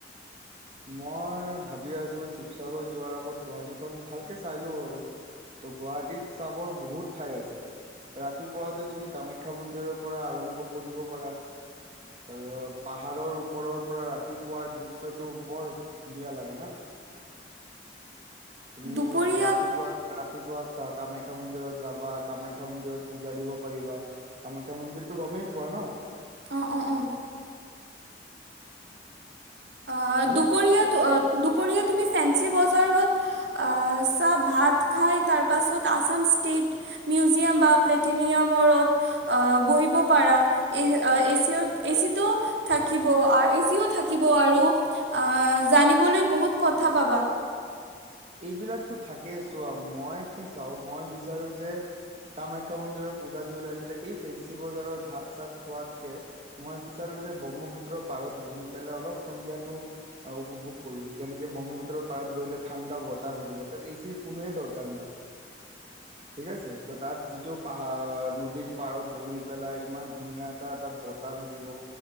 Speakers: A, on the right; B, on the right.
A: মই ভাবি আছো শিৱসাগৰ যোৱাৰ আগত গুৱাহাটীখন ভালকে চাই লওঁ আৰু। ত গুৱাহাটীত চাবৰ বহুত ঠাই আছে। ৰাতিপুৱাতে তুমি কামাখ্যা মন্দিৰৰ পৰা আৰম্ভ কৰিব পাৰা এ পাহাৰৰ ওপৰৰ পৰা ৰাতিপুৱাৰ দৃশ্য টো বৰ ধুনীয়া লাগে ন? তুমি
B: দুপৰীয়াত
A: ৰাতিপুৱা ৰাতিপুৱা কামাখ্যা মন্দিৰত যাবা কামাখ্যা মন্দিৰত পূজা দিব পাৰিবা। কামাখ্যা মন্দিৰতটো গমেই পোৱা ন?
B: অৱ, অৱ', অৱ'। আহ
A: বহুত
B: দুপৰীয়াত
A: জেগা আছে
B: দুপৰীয়া তুমি ফেঞ্চি বজাৰত আহ, চাহ ভাত খায় তাৰপাছত আসাম ষ্টেট মিউজিয়াম বা প্লেটিনিয়ামৰত বহিব পাৰা। এ এচিতো থাকিব এচিও থাকিব থাকিব আৰু জানিবলৈ বহুত কথা পাবা।
A: এইবিলাকতো থাকেই, ছোৱা মই কি চাওঁ মই বিচাৰো যে কামাখ্যা মন্দিৰৰ পূজা দি ওলাই পেলাই এই ফেঞ্চি বজাৰত ভাত চাত খোৱাতকে মই বিচাৰো যে ব্ৰহ্মপুত্ৰৰ পাৰত বহি পেলাই অলপ সন্ধিয়াটো অ' উপভোগ কৰো, যেনেক ব্ৰহ্মপুত্ৰৰ পাৰত বহিলে ঠাণ্ডা বতাহ থাকিব তাত এচিৰ কোনোৱে দৰকাৰ নাই।
B: <unintelligible>
A: ঠিক আছে ত' তাত যিটো পাহাৰ নদীৰ পাৰত বহি পেলাই ইমান ধুনীয়া এটা তাত বত তাহ থাকিব,